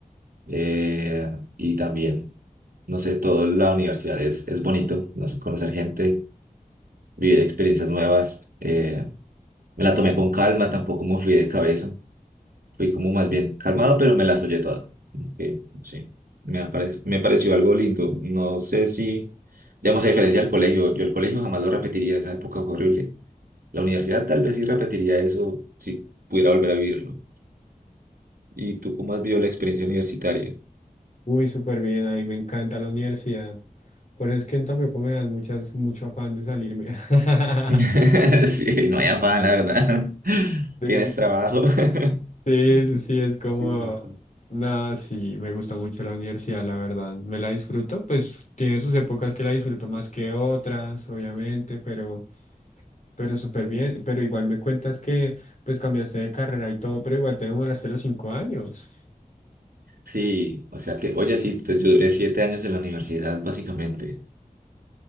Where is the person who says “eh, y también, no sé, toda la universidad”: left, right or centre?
Right